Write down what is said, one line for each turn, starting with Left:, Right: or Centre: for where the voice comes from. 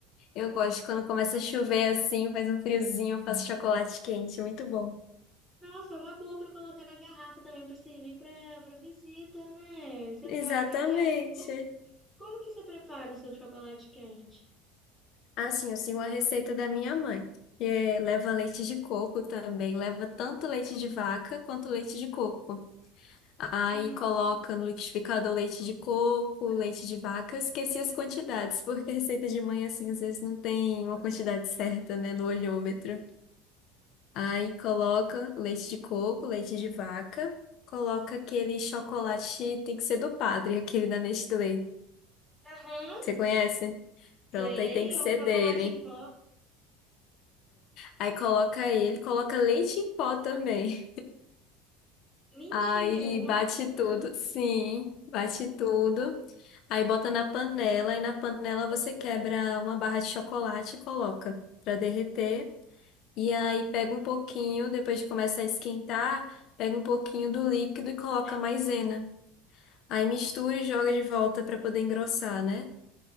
Left: Eu gosto quando começa a chover assim, faz um friozinho, eu faço chocolate quente, muito bom.
Centre: Nossa, é uma boa pra colocar na garrafa também pra servir pra para visita, né? Você
Left: Exatamente.
Centre: me deu uma boa ideia. Como, como que você prepara o seu chocolate quente?
Left: Assim, eu sigo a receita da minha mãe, que é, leva leite de coco também, leva tanto leite de vaca quanto leite de coco. Aí
Centre: Hum.
Left: coloca no liquidificador leite de coco, leite de vaca. Eu esqueci as quantidades, <laughs> porque a receita de mãe, assim, às vezes não tem uma quantidade certa, né, no olhômetro. Aí coloca leite de coco, leite de vaca, coloca aquele chocolate, tem que ser do Padre, <laughs> aquele da Nestlé.
Centre: Aham,
Left: Você conhece? Pronto,
Centre: sei,
Left: aí tem que
Centre: é
Left: ser
Centre: o chocolate
Left: dele.
Centre: em pó.
Left: Aí coloca ele, coloca leite em pó também.
Centre: Mentira,
Left: Aí
Centre: nossa!
Left: bate tudo, sim, bate tudo. Aí bota na panela, e na panela você quebra uma barra de chocolate e coloca pra derreter. E aí pega um pouquinho, depois que começa a esquentar, pega um pouquinho do líquido e coloca maisena. Aí mistura e joga de volta pra poder engrossar, né?